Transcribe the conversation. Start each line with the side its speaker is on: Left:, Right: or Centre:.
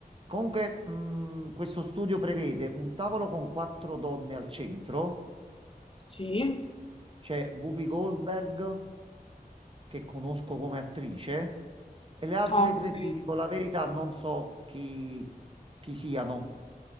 Right: Comunque, mh, questo studio prevede un tavolo con quattro donne al centro,
Left: sì,
Right: c'è Whoopi Goldberg. che conosco come attrice e le altre
Left: Ah, ok,
Right: tre, ti dico la verità, non so chi, chi siano.